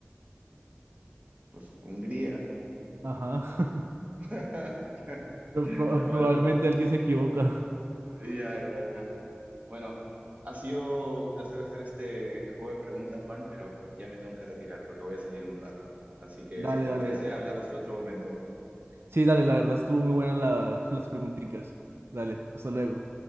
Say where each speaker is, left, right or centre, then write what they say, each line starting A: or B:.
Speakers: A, on the right; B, on the right.
A: pues Hungría.
B: Ajá. <laughs>
A: <laughs>
B: Pero pro-
A: Sacó
B: probablemente
A: al otro.
B: alguien se equivoca.
A: Ya, ya, ya. Bueno, ha sido un placer hacer este juego de preguntas, Juan, pero ya me tengo que retirar porque voy a salir un rato. Así que
B: Dale,
A: si te
B: dale.
A: parece, hablamos en otro momento.
B: Sí, dale, la verdad estuvo muy buena la- <laughs> las preguntitas. Dale, hasta luego.